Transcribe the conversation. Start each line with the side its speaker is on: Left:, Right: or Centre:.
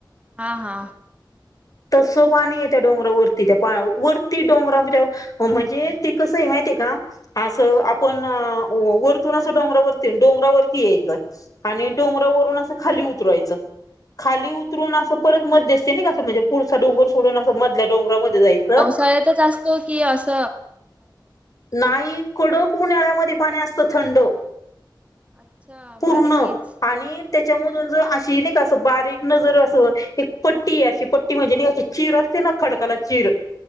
Right: हा हा.
Left: तसं पाणी येत त्या डोंगरावरती त्या, वरती डोंगरा म्ह म्हणजे
Right: भारी
Left: ते कसंही माहिती आहे का? असं आपण वर तिथून असं डोंगरावरती, डोंगरावरती यायचं, आणि डोंगरावरून असं खाली उतरायचं. खाली उतरून
Right: अच्छा
Left: असं परत मत दिसते नाही का, म्हणजे पुरचा डोंगर सोडून असं मधल्या डोंगरामध्ये जायचं.
Right: कळतच अस तो कि अस
Left: नाही, कडक उन्हाळ्यामध्ये पाणी असतं थंड.
Right: अच्छा
Left: पूर्ण,
Right: भारीच
Left: आणि त्याच्यामधून जर अशी, नाही कां बारीक न जर अस एक पट्टी अशी पट्टी म्हणजे चिर असते ना, खडकाला चिर.